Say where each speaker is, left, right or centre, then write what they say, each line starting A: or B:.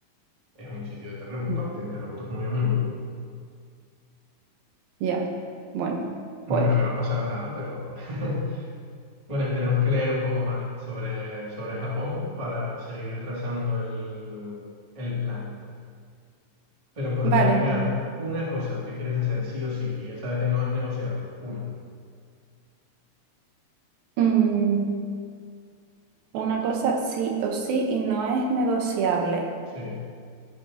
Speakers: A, on the right; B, on the right.
A: Es un sitio de terremotos,
B: mm,
A: tienen terremotos muy a menudo.
B: Ya. Bueno,
A: No
B: pues,
A: creo que nos pasara nada, pero <laughs> bueno, tenemos que leer un poco más sobre, sobre Japón para seguir trazando el, el plan. Pero por
B: vale.
A: terminar, una cosa que quieres hacer sí o sí, y esa eh, no es negociable, una.
B: Mm, una cosa sí o sí y no es negociable.
A: Sí,